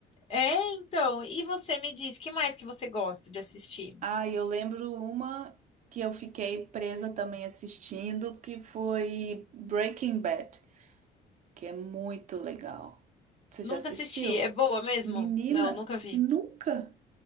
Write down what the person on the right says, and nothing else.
Ah, e eu lembro uma que eu fiquei presa também assistindo, que foi Breaking Bad, que é muito legal. Você
já assistiu?
Menina,
nunca.